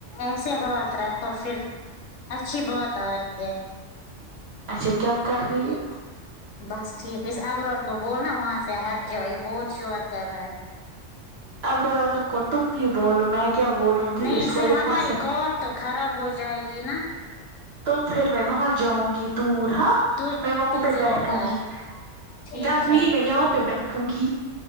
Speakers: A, on the left; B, on the right.
A: ایسے ہاتھ رکھو پھر اچھی بات ہے
B: اچھا کیا کر رہی ہے
A: بس ٹھیک ہے اس ابرار کو بولنا وہاں سے ہٹ جائیں بہت شور کر رہا ہے
B: ابرار کو تم بھی بولو میں کیا بولوں گی
A: نہیں
B: اس کو
A: پھر
B: یہ
A: ہماری
B: ہنس سکتی
A: کال تو خراب ہو جائے گی نا
B: تو پھر میں وہاں جاؤنگی دور ہاں
A: تو
B: میں وہاں
A: تو
B: پہ
A: جاؤ
B: بیٹھ
A: گھر
B: ہونگی
A: ٹھیک
B: گرمی
A: ہے
B: میں یہاں پہ بیٹھ ٹھو گی